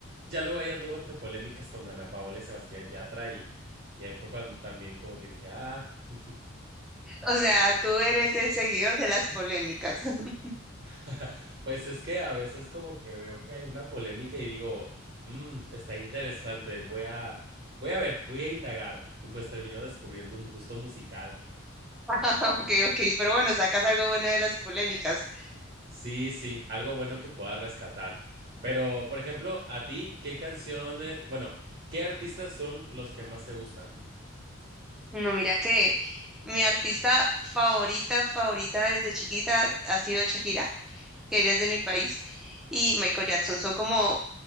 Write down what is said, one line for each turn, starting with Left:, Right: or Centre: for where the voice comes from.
Right: Ya luego ahí anduvo entre polémicas con Dana Paola y Sebastián Yatra y, y ahí fue cuando también como que dije, ah. <laughs>
Centre: O sea, tú eres el seguidor de las polémicas. <laughs>
Right: <laughs> Pues es que a veces como que veo que hay una polémica y digo, "Mm, está interesante, voy a, voy a ver, voy a indagar. Y pues termino descubriendo un gusto musical.
Centre: Ah, Ok, ok, pero bueno, sacas algo bueno de las polémicas.
Right: Sí, sí, algo bueno que pueda rescatar. Pero, por ejemplo, a ti, ¿qué canciones, bueno, qué artistas son los que más te gustan?
Centre: No, mira que mi artista favorita, favorita desde chiquita ha sido Shakira, que ella es de mi país, y Michael Jackson. Son como